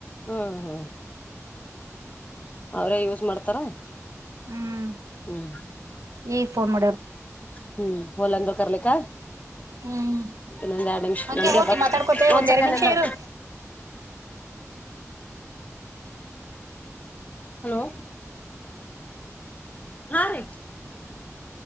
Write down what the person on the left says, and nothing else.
ಹ್ಮ ಹ್ಮ್ ಅವ್ರೇ ಯೂಸ್ ಮಾಡ್ತಾರ
ಹ್ಮ್
ಹ್ಮ್ ಹೊಲಂದ್ರೂ ಕಲಿಕ್ಕ..
ಇನ್ನೊಂದ್ ಎರಡ್ ನಿಮಿಷ
ನನಗೆ
ಬತ್ತು
ಒಂದ್ ಸೆಕೆಂಡ್
ಎಂದ್ರ..
ಹಲೋ.. ಹಾ ನ..